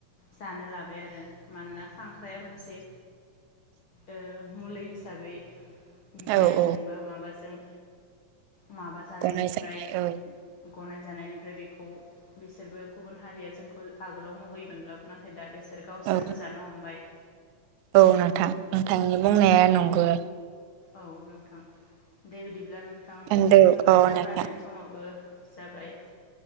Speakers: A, on the left; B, on the right.
A: जानो लाबाय आरो मानोना खांख्राइाया मोनसे ओम मुलि हिसाबै बिगियानजों
B: औ औ
A: बा माबाजों माबा जानायनिफ्राय
B: गनाय जानाय औ
A: गनाय जानायनिफ्राय बेखौ बिसोरबो गुबुन हारिया जोंखौ आगोलाव मुगैयोमोनब्लाबो नाथाय दा बेसोर बिसोर गावसोरबो
B: औ
A: जानो हमबाय
B: औ नोंथां नोंथांनि बुंनाया नंगौ।
A: औ नोंथां दे बिदि बिदिब्ला नोंथां
B: होनदो
A: जोंना
B: औ
A: सावरायनायनि
B: नोंथां
A: समावबो जाबाय